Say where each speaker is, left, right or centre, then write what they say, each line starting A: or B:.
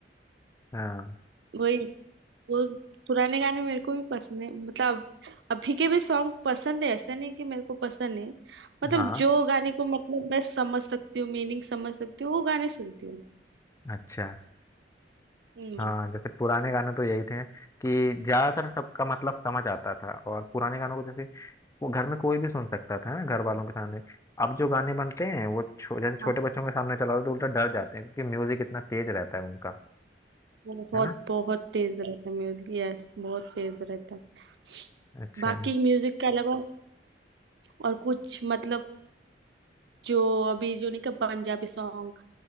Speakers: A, on the left; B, on the right.
A: हाँ
B: वही वो पुराने गाने मेरे को भी पसंद है मतलब अभी के भी सॉन्ग पसंद है ऐसा नहीं कि मेरे को पसंद है मतलब
A: हाँ
B: जो गाने को मतलब मैं समझ सकती हूँ मीनिंग समझ सकती हूँ वो गाने सुनती हूँ
A: अच्छा
B: हम्म
A: हाँ जैसे पुराने गाने तो यही थे कि ज्यादातर सबका मतलब समझ आता था और पुराने गानों को जैसे वो घर में कोई भी सुन सकता था ना, घर वालों के सामने अब जो गाने बनते हैं वो छो, जैसे छोटे
B: हाँ,
A: बच्चों के सामने चलाओ तो उल्टा डर जाते हैं क्योंकि म्यूजिक इतना तेज रहता है उनका
B: बहुत
A: है ना
B: बहुत तेज रहता है म्यूजिक यस बहुत तेज रहता है
A: अच्छा
B: बाकी म्यूजिक के अलावा और कुछ मतलब जो अभी जो नहीं का पंजाबी सॉन्ग